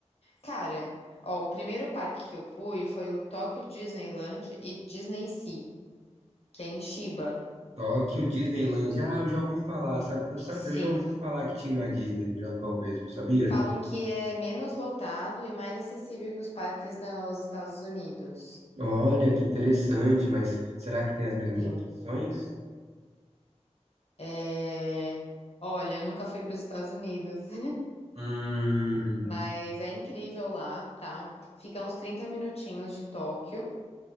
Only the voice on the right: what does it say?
Tóquio, Disneyland. Ah, eu já ouvi falar, sabe? Eu, sa-
eu já ouvi falar que tinha uma Disney no Japão mesmo, sabia?
Olha, que interessante, mas será que tem as mesmas
atrações?
Hum,